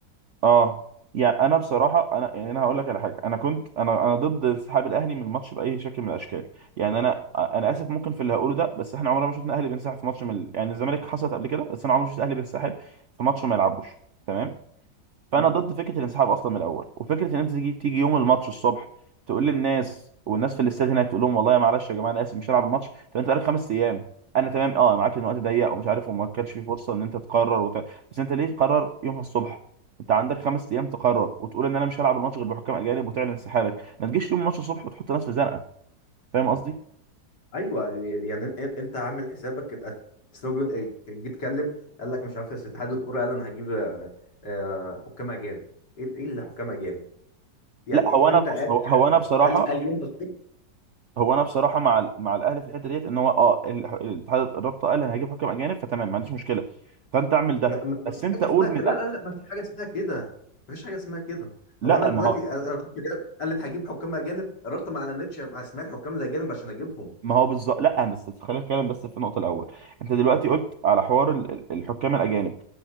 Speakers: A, on the right; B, on the left.
A: اه يعني انا بصراحه انا يعني انا هقول لك على حاجه انا كنت انا انا ضد انسحاب الاهلي من الماتش باي شكل من الاشكال يعني انا انا اسف ممكن في اللي هقوله ده بس احنا عمرنا ما شفنا الاهلي بينسحب في ماتش من ال- يعني الزمالك حصلت قبل كده بس انا عمري ما شفت الاهلي بينسحب في ماتش ما يلعبوش تمام فانا
B: مم.
A: ضد فكره الانسحاب اصلا من الاول وفكره ان انت تيجي تيجي يوم الماتش الصبح تقول للناس والناس في الاستاد هناك تقول لهم والله يا معلش يا جماعه انا اسف مش هلعب الماتش طب انت بقالك خمس ايام انا تمام اه معاك ان الوقت ضيق ومش عارف وما كانش في فرصه ان انت تقرر وت... بس انت ليه تقرر يومها الصبح انت عندك خمس ايام تقرر وتقول ان انا مش هلعب الماتش غير بحكام اجانب وتعلن انسحابك ما تجيش يوم الماتش الصبح وتحط ناس في زنقه فاهم قصدي
B: ايوه يعني إن- انت عامل حسابك ال- اصل هو بيقول ايه جيت اتكلم قال لك مش عارف بس اتحاد الكوره قال انا هجيب آه، آه، حكام اجانب ايه إيه اللي حكام اجانب يعني
A: لا هو انا
B: امتى
A: بص
B: قال
A: هو
B: الكلام
A: هو انا
B: ده؟
A: بصراحه
B: قال قال يوم الخميس؟
A: هو انا بصراحه مع ال- مع الاهلي في الحته ديت ان هو اه ال- الاتحاد الرابطه قال انا هجيب حكم اجانب فتمام ما عنديش مشكله فانت اعمل ده
B: لا، ما ما
A: بس
B: فيش
A: انت
B: حاجه
A: قول
B: اسمها كده
A: من
B: لا
A: الأ-
B: لا لا ما فيش حاجه اسمها كده ما فيش حاجه اسمها كده
A: لا
B: هو انا دلوقتي
A: ما هو
B: أنا- أنا رحت جاب- قالت هجيب حكام اجانب قررت ما اعلنتش مع اسماء الحكام الاجانب عشان اجيبهم
A: ما هو بالظبط لا بس خلينا نتكلم بس في النقطه الاول انت دلوقتي قلت على حوار ال- ال- الحكام الاجانب